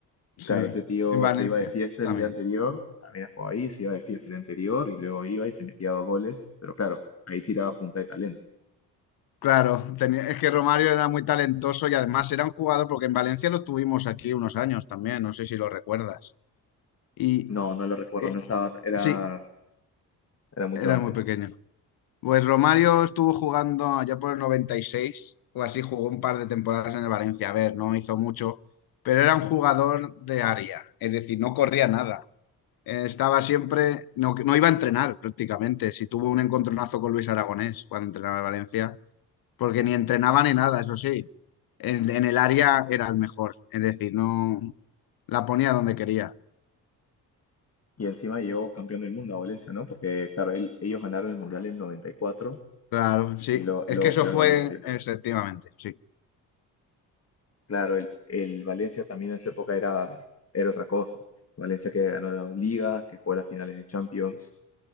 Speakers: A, on the left; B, on the left.
A: sí.
B: Claro, ese tío
A: En Valencia
B: se iba de fiesta
A: también.
B: el día anterior, también jugó ahí, se iba de fiesta el día anterior y luego iba y se metía dos goles, pero claro, ahí tiraba punta de talento.
A: Claro, tenía- es que Romario era muy talentoso y además era un jugador, porque en Valencia lo tuvimos aquí unos años también, no sé si lo recuerdas. Y
B: No, no lo recuerdo,
A: eh,
B: no estaba, era,
A: sí,
B: era mucho
A: era
B: antes.
A: muy pequeño. Pues Romario estuvo jugando allá por el 96 o así, jugó un par de temporadas en el Valencia. A ver, no hizo mucho, pero era un jugador de área, es decir, no corría nada. Eh, Estaba siempre, no, no iba a entrenar prácticamente. Si tuvo un encontronazo con Luis Aragonés cuando entrenaba en Valencia, porque ni entrenaba ni nada, eso sí. En, en el área era el mejor, es decir, no la ponía donde quería.
B: Y encima llegó campeón del mundo a Valencia, ¿no? Porque, claro, él- ellos ganaron el Mundial en 94 y cuatro
A: Claro, sí.
B: y lo-
A: Es
B: luego
A: que eso
B: se iba
A: fue,
B: al Valencia.
A: efectivamente, sí.
B: Claro, el, el Valencia también en esa época era, era otra cosa. Valencia que ganó la Liga, que jugó las finales de Champions.